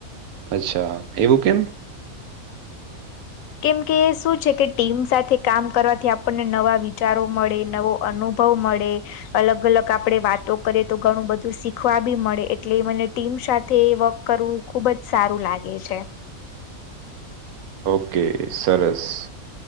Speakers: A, on the right; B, on the left.
A: અચ્છા એવું કેમ?
B: કેમ કે શું છે કે ટીમ સાથે કામ કરવાથી આપણને નવા વિચારો મળે નવો અનુભવ મળે અલગ અલગ આપણે વાતો કરીએ તો ઘણું બધું શીખવા બી મળે એટલે મને ટીમ સાથે વ કરવું ખુબ જ સારું લાગે છે.
A: ઓકે સરસ.